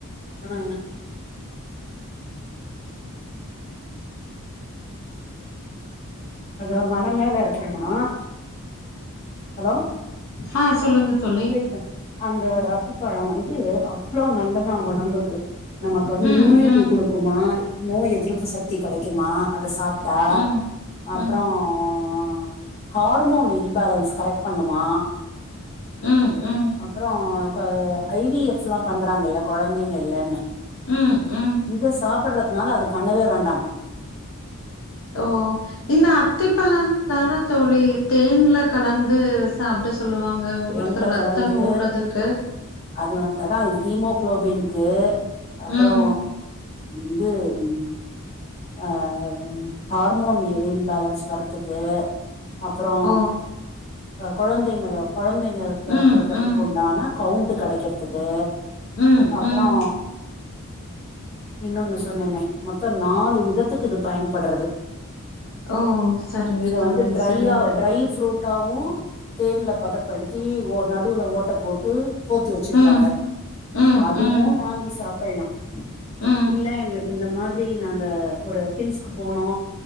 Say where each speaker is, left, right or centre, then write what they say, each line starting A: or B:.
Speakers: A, on the left; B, on the left.
A: ஆ அதா மல மேல இருக்குமா ஹலோ
B: ஆ சொல்லுங்க தோழி
A: கேக்குதா அந்த அத்திப்பழம் வந்து அவ்ளோ நல்லதா ஒடம்புக்கு நமக்கு வந்து
B: ம்
A: இம்யூனிட்டி
B: ம்
A: குடுக்குமா நோய் எதிர்ப்பு சக்தி கெடைக்குமா அத சாப் ட்டா
B: ம் ம்
A: அப்பறோ ஆ ஹார்மோன் இல்பேலன்ஸ் கரெக்ட் பண்ணுமா
B: ம் ம்
A: அப்பறோ அ ஐ வி எஃப் எல்லா பண்றாங்கல்ல கொழந்தைங்க இல்லன்னு
B: ம் ம்
A: இத சாப்படறது னால அத பண்ணவே வேண்டாமா
B: ஓ இந்த அத்திப்பழந்தான தோழி தேன்ல கலந்து சாப்பட சொல்லுவாங்க ஒவ்வொருத்தர்
A: தேன்ல
B: ரத்தம்
A: கலந்து
B: ஊறதுக்கு
A: அது வந்த அதா இதா ஹீமோகுளோபின்க்கு அப்பறோ
B: ம்
A: இது ம் ஆ ஹார்மோன் இம்பேலன்ஸ் வர்றதுக்கு அப்பறோ
B: ஓ
A: கொழந்தைங்களோ கொழந்தைங்க பெ
B: ம்
A: பெறக்கறதுக்கு
B: ம்
A: உண்டான கவுண்ட் கெடைக்கறதுக்கு
B: ம்
A: அப்பறோ
B: ம்
A: இன்னொன்னு சொன்னனே மொத்தோ நாலு விதத்துக்கு இது பயன்பட்றது
B: ஓ சரிங்க
A: இத
B: தோழி
A: வந்து டிரையா
B: சரிங்க
A: டிரை ஃப்ரூட் டாவு தேன்ல பத படித்தி ஓ நடுவுல ஓட்ட போட்டு போத்து வெச்சிருப்பாங்க
B: ம் ம்
A: அதுவு
B: ம்
A: வாங்கி சாப் பிலாம்
B: ம்
A: இல்ல எங்களுக்கு இந்த மா திரி நாங்க ஒரு ஹில்ஸ்கு போனோ